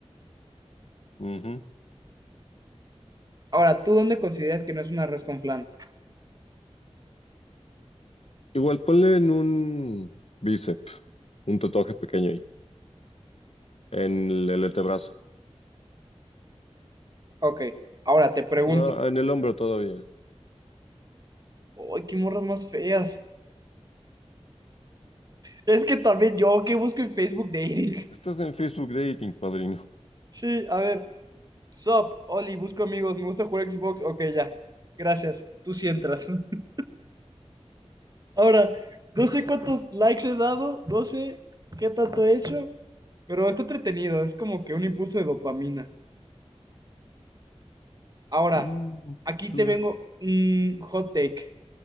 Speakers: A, on the left; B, on the right.
A: Ujú.
B: Ahora, ¿tú dónde consideras que no es una res con flan?
A: Igual ponle en un bíceps, un tatuaje pequeño ahí, en el, el antebrazo.
B: Ok, ahora te pregunto.
A: Ah, en el hombro todavía.
B: ¡Ay, qué morras más feas! Es que también yo, ¿qué busco en Facebook Dating? <laughs>
A: Estás en Facebook Dating, padrino.
B: Sí, a ver. Sup, Oli, busco amigos, me gusta jugar Xbox. Ok, ya. Gracias. Tú sí entras. <laughs> Ahora, no sé cuántos likes he dado, no sé qué tanto he hecho, pero está entretenido, es como que un impulso de dopamina. Ahora,
A: Mm,
B: aquí
A: algo.
B: te vengo un hot take.